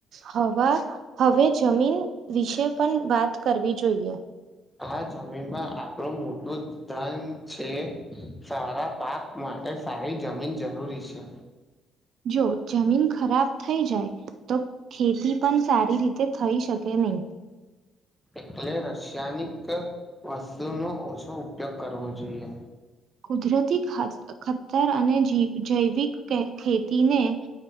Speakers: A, on the right (about 65°); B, in the centre.
A: હવા હવે જમીન વિશે પણ વાત કરવી જોઈએ.
B: આ જમીનમાં આપણું મોટું ધન છે. સારા પાક માટે સારી જમીન જરૂરી છે.
A: જો જમીન ખરાબ થઈ જાય તો ખેતી પણ સારી રીતે થઈ શકે નહી.
B: <unintelligible> રસાયણિક વસ્તુનો ઓછો ઉપયોગ કરવો જોઈએ.
A: કુદરતી ખા ખતર અને જેવી જૈવિક ખેતીને પ્રો